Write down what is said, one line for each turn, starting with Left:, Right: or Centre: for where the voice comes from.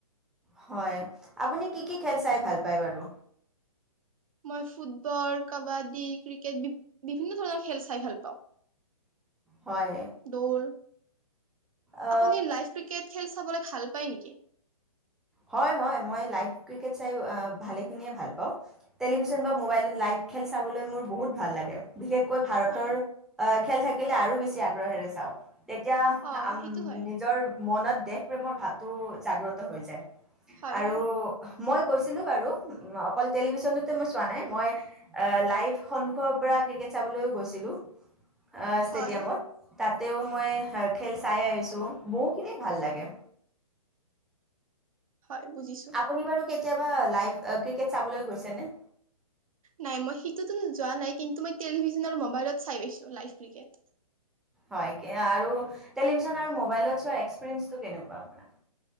Centre: হয় আপুনি কি কি খেল চাই ভাল পায় বাৰু?
Right: মই ফুটবল কাবাডী ক্ৰিকেট বি বিভিন্ন ধৰণৰ খেল চাই ভাল পাওঁ।
Centre: হয়,
Right: দৌল
Centre: আ
Right: আপুনি লাইভ ক্ৰিকেট খেল চাবলৈ ভাল পায় নেকি?
Centre: হয় হয় মই লাইভ ক্ৰিকেট চাই ভালেখিনিয়ে ভাল পাওঁ টেলিভিছন বা মোবাইলত লাইভ খেল চাবলৈ মোৰ বহুত ভাল লাগে। বিশেষকৈ ভাৰতৰ
Right: হয়
Centre: খেল থাকি কিলে আৰু বেছি আগ্ৰহেৰে চাওঁ‌। তেতিয়া
Right: অ'
Centre: ম
Right: সেইটো হয়।
Centre: নিজৰ মনত দেশ প্ৰেমৰ ভাৱ টো জাগ্ৰত হৈ যায়।
Right: হয়
Centre: আৰু
Right: হয়
Centre: মই গৈছিলো বাৰু অকল টেলিভিশ্যনটো মই চোৱা নাই মই লাইভ সংখ্যৰ পৰা ক্ৰিকেট চাবলৈও গৈছিলোঁ‌। অ' ষ্টেডিয়ামত।
Right: হয়
Centre: তাতেও মই খেল চাই আহিছোঁ বহুখিনি ভাল লাগে।
Right: হয় বুজিছো।
Centre: আপুনি বাৰু কেতিয়াবা লাইভ ক্ৰিকেট চাবলৈ গৈছে নে?
Right: নাই মই সেইটোতো যোৱা নাই কিন্তু মই টেলিভিছন আৰু মোবাইলত চাই পাইছো লাইভ ক্ৰিকেট।
Centre: হয় আৰু টেলিভিচেনৰ মোবাইলত চোৱা এক্সপ্ৰীৰিয়েনচটো কেনেকুৱা?